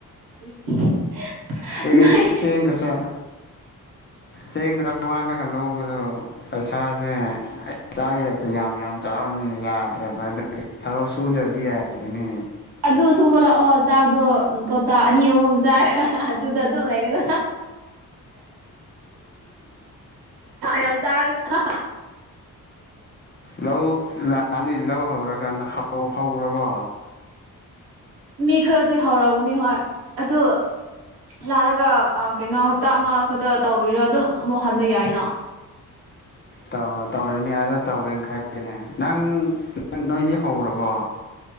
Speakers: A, on the right; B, on the left.
A: <inaudible>
B: ꯆꯦꯡ
A: ꯅꯣꯏ
B: ꯆꯦꯡꯒꯗ ꯆꯦꯡꯒꯗ ꯋꯥꯜꯂꯒ ꯂꯧꯕꯗꯣ ꯄꯩꯁꯥꯁꯦ ꯑꯩ ꯆꯥꯈꯤꯔꯛꯇ ꯌꯥꯝ ꯌꯥꯝ ꯆꯥꯎꯔꯕꯅꯤꯅ ꯌꯥꯗ꯭ꯔꯕ꯭ꯔ ꯊꯕꯛ ꯁꯨꯗ꯭ꯔꯗꯤ ꯌꯥꯗ꯭ꯔꯤꯅꯦ
A: ꯑꯗꯨ ꯁꯨꯕ ꯂꯥꯛꯑꯣ ꯆꯥꯛꯗꯣ ꯀꯧꯇꯥ ꯑꯅꯤ ꯑꯍꯨꯝ ꯆꯥꯔꯒ ꯑꯗꯨꯗ ꯑꯗꯨꯝ ꯂꯩꯒꯗ ꯌꯥꯝ ꯆꯥꯔꯒ
B: ꯂꯧ ꯂꯛꯑꯅꯤ ꯂꯧ ꯍꯧꯔꯀꯥꯟ ꯂꯧ ꯍꯧꯔꯕꯣ
A: ꯃꯤ ꯈꯔꯗꯤ ꯍꯧꯔꯝꯃꯅꯤ ꯍꯣꯏ ꯑꯗꯨ ꯂꯥꯛꯔꯒ ꯀꯩꯅꯣ ꯍꯞꯇꯥ ꯑꯃ ꯈꯛꯇ ꯇꯧꯕꯤꯔꯣ ꯑꯗꯨ ꯑꯃꯨꯛ ꯍꯟꯕ ꯌꯥꯏꯅ
B: ꯇꯧ ꯇꯧꯔꯅꯦ ꯑ ꯇꯧꯒꯦꯅ ꯈꯔꯅꯦ ꯅꯪꯪ ꯅꯣꯏꯗꯤ ꯍꯧꯔꯕꯣ